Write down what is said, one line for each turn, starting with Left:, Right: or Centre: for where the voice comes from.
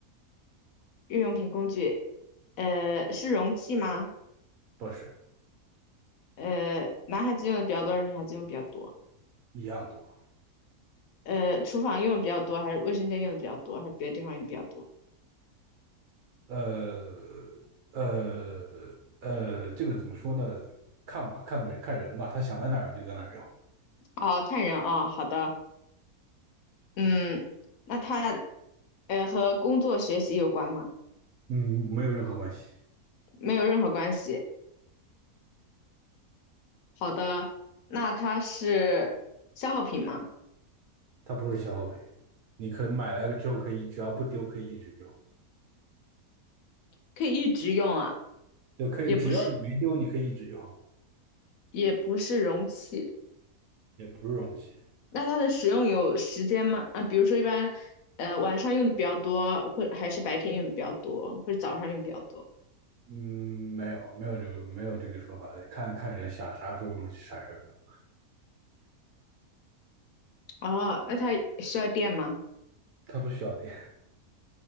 Left: 日用品工具，呃，是容器吗？
Right: 不是
Left: 呃，男孩子用的比较多，还是女孩子用比较多？
Right: 一样多。
Left: 呃，厨房用的比较多，还是卫生间用的比较多，还是别的地方用比较多？
Right: 呃呃呃，这个怎么说呢？看吧，看呗，看人吧，他想在哪儿用就在哪儿用，
Left: 哦，看人啊，好的，嗯，那他，呃，和工作学习有关吗？
Right: 嗯，没有任何关系，
Left: 没有任何关系。好的，那它是消耗品吗？
Right: 它不是消耗品。你可以买来了之后，可以只要不丢，可以一直用，
Left: 可以一直用啊，
Right: 就可以只要你没丢，
Left: 也不是，
Right: 你可以一直用，
Left: 也不是容器。
Right: 也不是容器。
Left: 那它的使用有时间吗？啊，比如说一般，呃，晚上用的比较多，或还是白天用的比较多，或者早上用比较多？
Right: 嗯，没有没有这个没有这个说法，看看人想啥时候用啥时候用，
Left: 哦，那它需要电吗？
Right: 它不需要电，